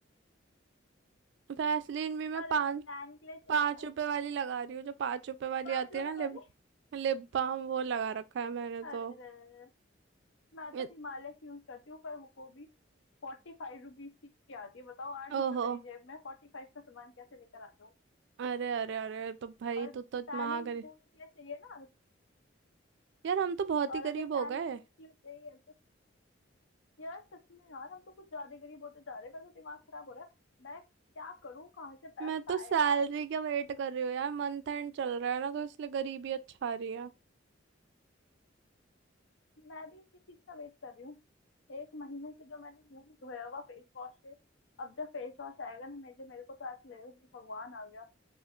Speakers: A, on the right; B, on the left.
A: वैसलीन भी मैं
B: और
A: पाँच
B: अगर टैन के लिए चाहिए
A: पाँच रुपए वाली लगा रही हूँ जो पाँच रुपए वाली
B: पाँच
A: आती
B: रुपए
A: है ना
B: वाली
A: लिप लिप बाम वो लगा रखा है मैंने
B: अरे
A: तो
B: रे मैं
A: इत-
B: तो हिमालय की यूज करती हूँ पर वो भी फोर्टी फाइव रुपीज की आती है बताओ आठ रुपए
A: ओहो
B: मेरी जेब में फोर्टी फाइव का सामान कैसे लेकर आ जाऊँ
A: अरे अरे अरे तो भाई
B: और टैनिंग
A: तू तो महागरीब
B: रिमूविंग के लिए चाहिए ना
A: यार हम तो बहुत
B: और
A: ही गरीब
B: अगर
A: हो
B: टैन
A: गए
B: रिमूव के लिए चाहिए तो यार सच में यार हम तो कुछ ज्यादा गरीब होते जा रहे हैं मेरा तो दिमाग खराब हो रहा है मैं क्या करूँ कहाँ से पैसा
A: मैं तो सैलरी
B: आए यार
A: का वेट कर रही हूँ यार मंथ एंड चल रहा है ना तो इसलिए गरीबी अच्छा रही है
B: मैं भी इसी चीज का वेट कर रही हूँ एक महीने से जो मैंने मुंह धोया हुआ फेस वॉश से अब जब फेस वॉश आएगा ना मेरे लिए मेरे को तो ऐसा लगेगा जैसे भगवान आ गया